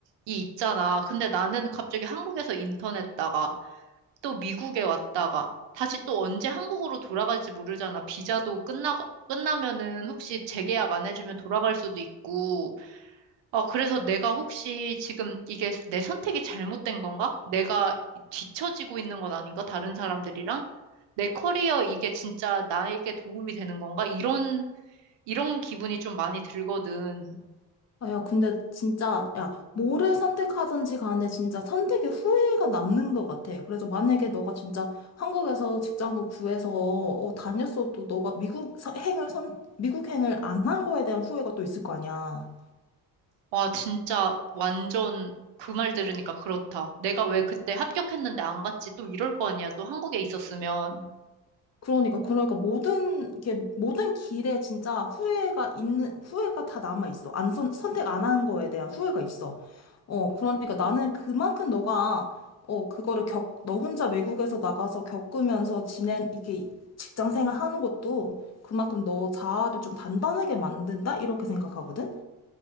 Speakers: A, on the right; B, on the left.
A: 이 있잖아. 근데 나는 갑자기 한국에서 인턴 했다가, 또 미국에 왔다가, 다시 또 언제 한국으로 돌아갈지 모르잖아. 비자도 끝나, 끝나면은 혹시 재계약 안 해주면 돌아갈 수도 있고, 어, 그래서 내가 혹시 지금 이게 내 선택이 잘못된 건가? 내가 뒤처지고 있는 건 아닌가? 다른 사람들이랑? 내 커리어 이게 진짜 나에게 도움이 되는 건가? 이런, 이런 기분이 좀 많이 들거든.
B: 아, 야, 근데 진짜, 야, 뭐를 선택하든지 간에 진짜 선택의 후회가 남는 것 같아. 그래서 만약에 너가 진짜 한국에서 직장을 구해서 어, 다녔어도 너가 미국 서- 행을 선, 미국 행을 안 한 거에 대한 후회가 또 있을 거 아니야.
A: 와, 진짜 완전 그 말 들으니까 그렇다. 내가 왜 그때 합격했는데 안 갔지? 또 이럴 거 아니야? 또 한국에 있었으면.
B: 그러니까 그러니까 모든 게 모든 길에 진짜 후회가 있는 후회가 다 남아 있어. 안 선, 선택 안 한 거에 대한 후회가 있어. 어, 그러니까 나는 그만큼 너가 어, 그거를 겪, 너 혼자 외국에서 나가서 겪으면서 지낸 이게 직장 생활 하는 것도 그만큼 너 자아를 좀 단단하게 만든다? 이렇게 생각하거든?